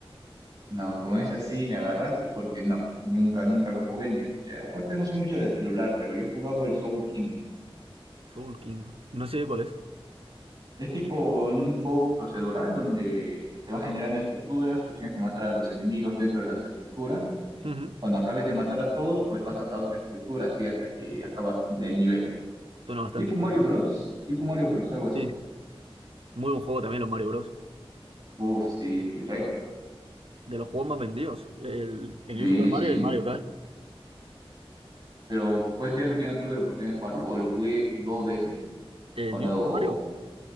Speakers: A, on the right; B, on the right.
A: No, con esa sí me agarraste porque no, nunca, nunca lo jugué ni escuché. Aparte no soy mucho de celular, pero yo jugaba el Soul King.
B: Soul King. No sé cuál es.
A: Es tipo un juego procedural donde te van generando estructuras, tú tienes que matar a los enemigos dentro de las estructuras.
B: Ujú.
A: Cuando acabes de matar a todos, pues pasas a otra estructura así hasta que acabas el nivel, ¿no?
B: Suena bastante
A: Tipo
B: interesante.
A: Mario Bros, tipo Mario Bros, algo así.
B: Sí. Muy buen juego también los Mario Bros.
A: Uf, sí, sí, retro.
B: De los juegos más vendidos. El, el
A: Sí,
B: New Super Mario
A: sí.
B: y el Mario Kart.
A: Pero puedes creerme que yo no tuve la oportunidad de jugarlo, o lo jugué dos veces
B: ¿El
A: cuando...
B: New Super Mario?